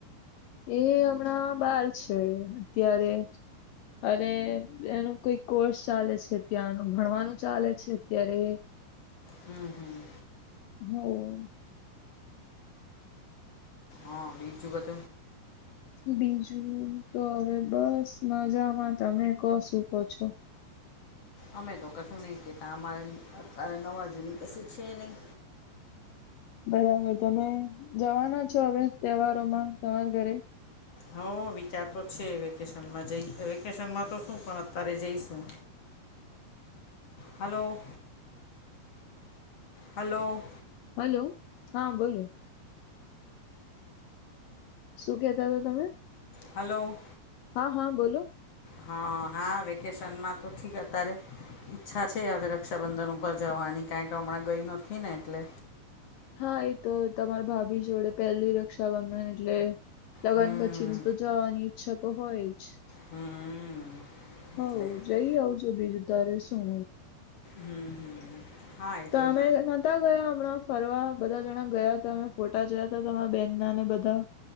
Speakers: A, on the left; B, on the left.
A: એ હમણાં બાર છે અત્યારે અને ન કોઈ કોર્સ ચાલે છે ત્યાંનું ભણવાનું ચાલે છે અત્યારે
B: હમ હમ
A: હ
B: હા બીજુંકાત
A: બીજું તો હવે બસ મજામાં તમે કો શુંકો છો
B: અમે તો કહ્યું નહીિ કે ત અમારે અત્યારે નવા જૂની કસી છે નહી
A: બરાબર તમે જવાના છો હવે તહેવારોમાં તમારા ઘરે
B: હ વિચાર તો છે વેકેશનમાં જ વેકેશનમાં તો શું પણ અત્યારે જઈશું હલો હલો
A: હલો હા બોલો શું કેતા હતા તમે
B: હલો
A: હા હા બોલો
B: હા હા વેકેશનમાં તો ઠીક અત્યારે ઈચ્છા છે હવે રક્ષાબંધન ઉપર જવાની કારણ કે હમણાં ગઈ નથી ને એટલે.
A: હા એ તો તમારા ભાભી જોડે પહેલી રક્ષાબંધન એટલે. લગન
B: હમ
A: પછી નુ તો જવાની ઈચ્છા તો હોય જ.
B: હમ
A: હ
B: એટલે હમ
A: જઈ આવઉ છો બીજ તારે શું
B: હમ હા એ
A: તો અમે
B: ઈ
A: બતા ગયા હમણાં ફરવા બધા જણા ગયા હતા અમે ફોટા જયા ત અરા બેહેન નાને બધા